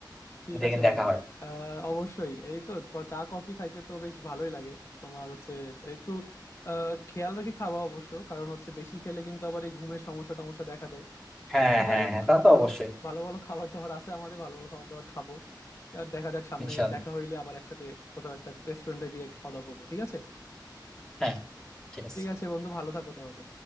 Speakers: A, on the left; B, in the centre.
A: ঠিক
B: যদি একদিন
A: আছে বন্ধু
B: দেখা হয়
A: আহ অবশ্যই এই তো ক- চা কফি খাইতে তো বেশ ভালোই লাগে তোমার হচ্ছে একটু আহ খেয়াল রেখে খাওয়া অবশ্য কারণ হচ্ছে বেশি খেলে কিন্তু আবার এই ঘুমের সমস্যা টমস্যা দেখা দেয়
B: হ্যাঁ
A: তো যাই
B: হ্যাঁ
A: হোক
B: হ্যাঁ তা তো
A: ভালো
B: অবশ্যই
A: ভালো ভালো খাবার দাবার আছে আমাদের ভালো ভালো খাবার দাবার খাবো আর দেখা যাক সামনে
B: ইনশাল্লাহ
A: দেখা হইলে আবার একসাথে কোথাও একটা রেস্টুরেন্টে গিয়ে খাওয়া দাওয়া করবো ঠিক আছে
B: হ্যাঁ ঠিক আছে
A: ঠিক আছে বন্ধু ভালো থাকো তাহলে